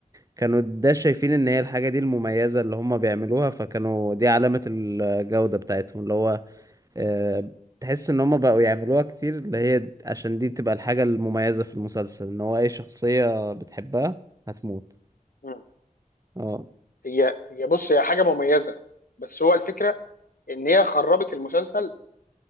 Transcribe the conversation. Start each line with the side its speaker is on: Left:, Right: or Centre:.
Right: كانوا ده شايفين ان هي الحاجة دي المميزة اللي هما بيعملوها فكانوا دي علامة الجودة بتاعتهم اللي هو آه، تحس ان هما بقوا يعملوها كتير اللي هي عشان دي تبقى الحاجة المميزة في المسلسل ان هو اي شخصية بتحبها هتموت
Left: مم.
Right: اه
Left: هي هي بص هي حاجه مميزه بس هو الفكره ان هي خربت المسلسل